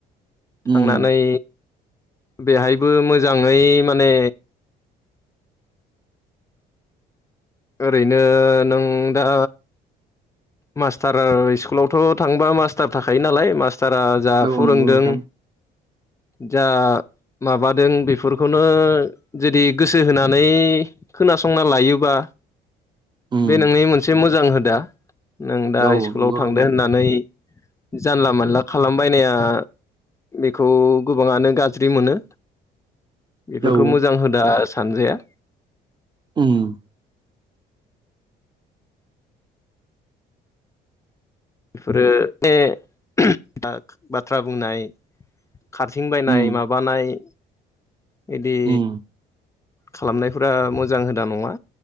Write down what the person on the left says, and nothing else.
थांनानै बेहायबो मोजाङै माने ओरैनो नों दा मास्टार स्कुलावथ' थांबा मास्टार थाखायो नालाय मास्टारा जा
फोरोंदों
जा माबादों बेफोरखौनो जुदि गोसो होनानै खोनासंना लायोबा
बे नोंनि मोनसे मोजां हुदा। नों दा
स्कुलाव
थांदो
होननानै जानला मोनला खालामबायनाया बेखौ गोबाङानो गाज्रि मोनो बेफोरखौ
मोजां होदा सानजाया।
बेफोरो माने बाथ्रा बुंनाय खारथिं बायनाय
माबानाय बिदि
खालामनायफोरा मोजां हुदा नङा